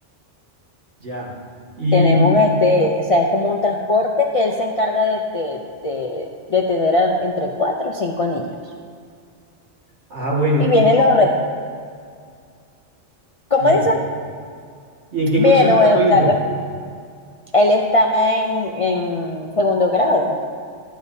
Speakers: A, on the right; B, on the left.
A: ya. Y,
B: Tenemos este, o sea, es como un transporte que él se encarga de, de, de- de tener a- entre cuatro o cinco niños.
A: Ah, bueno,
B: Y vienen
A: y co-
B: los retos. ¿Cómo
A: dime,
B: dice?
A: ¿y en qué
B: Bien,
A: curso está
B: bueno,
A: tu
B: o
A: hijo?
B: sea, él está en, en segundo grado.